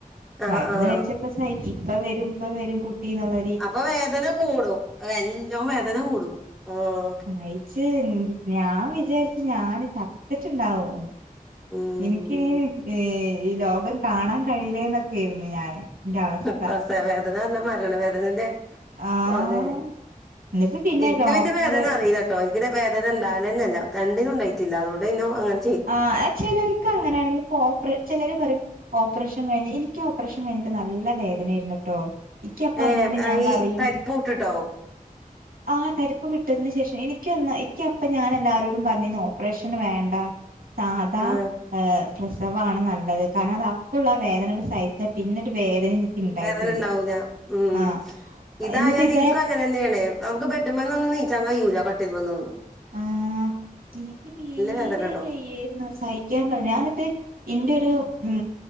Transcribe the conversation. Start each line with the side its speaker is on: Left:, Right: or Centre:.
Centre: ആഹ്
Right: മരുന്ന്
Centre: ആഹ്
Right: വെച്ചപ്പോ സഹിക്ക് ഇപ്പ വരും ഇപ്പ വരും കുട്ടീന്നൊള്ള
Centre: അപ്പ വേദന കൂടും നല്ലോ വേദന കൂടും ഉം
Right: നയിച്ച് ഞാൻ വിചാരിച്ച് ഞാന് ചത്തിട്ടുണ്ടാവോന്ന്
Centre: ഉം
Right: എനിക്കിനീ ഈ ലോകം കാണാൻ കഴിയില്ലേന്നൊക്കൊയിരുന്നു ഞാന്. എന്റെ അവസ്ഥ
Centre: പ്രസവവേദന എന്നാ മരണവേദനന്റെ
Right: ആഹ്
Centre: പോകന്നെ
Right: എന്നിട്ട്
Centre: എന്ക്ക്
Right: ഡോക്ടർ
Centre: പിന്നെ വേദന അറിയില ട്ടോ എനിക്ക് വേദന ഉണ്ടവൊല്ലന്നോല്ല രണ്ടിനും ഉണ്ടായിട്ടില്ല അതോടെ ഇന്നോ അങ്ങന
Right: ആഹ് ചെലര്ക്ക് അങ്ങനെയാണെങ്കില് ഓപറേ ചെലര് പറയും ഓപ്പറേഷൻ കഴിഞ്ഞ് എനിക്ക് ഓപ്പറേഷൻ കഴിഞ്ഞിട്ട് നല്ല വേദനായിരുന്നു ട്ടോ യ്ക്ക് അപ്പ
Centre: ഏഹ്
Right: അയിനോട് ഞാൻ
Centre: ഈ
Right: പറയും
Centre: തരിപ്പൂട്ട്ട്ടോ
Right: ആഹ് തരിപ്പ് വിട്ടതിന് ശേഷം എനിക്കൊന്ന് യ്ക്ക് അപ്പം ഞാൻ എല്ലാരോടും പറഞ്ഞിന്ന് ഓപ്പറേഷൻ വേണ്ട. സാദാ
Centre: ആഹ്
Right: പ്രസവാണ് നല്ലത് കാരണം അത് അപ്പുള്ള ആ വേദന സഹിച്ചാൽ പിന്നൊരു വേദന ഇണ്ടായിട്ടില്ല
Centre: വേദന ഉണ്ടാവൂല്ല ഉം
Right: ആഹ്
Centre: ഇതായാല്
Right: എന്നിട്ട് ഇതേ
Centre: ഇനിക്കും അങ്ങനെ ന്നെയാണ്. നമുക്ക് ബെഡ് മ്മേന്ന് ഒന്ന് നീക്കാൻ കയിയൂല കട്ടിൽ മേന്നൊന്നും.
Right: ആഹ് എനിക്ക് തീരേ
Centre: വേദന ഇണ്ടാവും
Right: വയ്യായിരുന്നു സഹിക്കാൻ പറ ഞാഎന്നിട്ട്. ഇന്റെ ഒരു ഉം